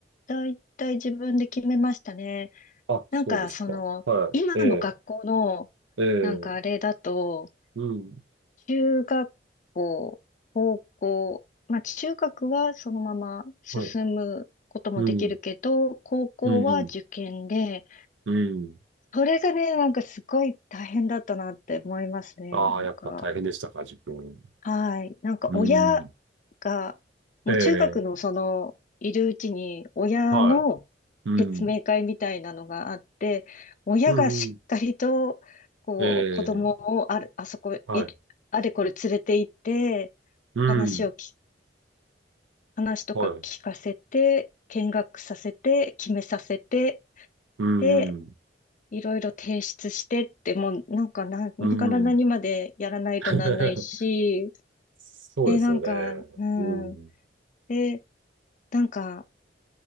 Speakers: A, on the left (about 45°); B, on the right (about 80°).
A: だいたい自分で決めましたね。
B: あ、
A: なんか、
B: そうですか。
A: その、
B: はい。
A: 今の学校の、
B: ええ、ええ、
A: なんかあれだと、
B: うん。
A: 中学校、高校、まあ中学はそのまま進むこともできるけど、
B: はい。うん、
A: 高校は受験で、
B: うん、うん、うん。
A: それがね、なんかすごい大変だったなって思いますね、
B: ああ、
A: なんか。
B: やっぱ大変でしたか、自分。
A: はい。なんか親
B: うん。
A: が、もう中学のその、
B: ええ、
A: いるうちに親の
B: はい。うん、
A: 説明会みたいなのがあって、親がしっかりと、
B: うん、うん。
A: こう、
B: え
A: 子供をある、
B: え、
A: あそこ、い、
B: はい。
A: あれこれ連れて行って、
B: うん、
A: 話をき、話とか聞かせて、
B: はい。
A: 見学させて、決めさせて、
B: うん、
A: で、
B: うん。
A: いろいろ提出してって、もうなんか何から何までやらないとなんないし、
B: うん <laughs> そうですよね。
A: え、なんか、うん。
B: うん。
A: で、なんか、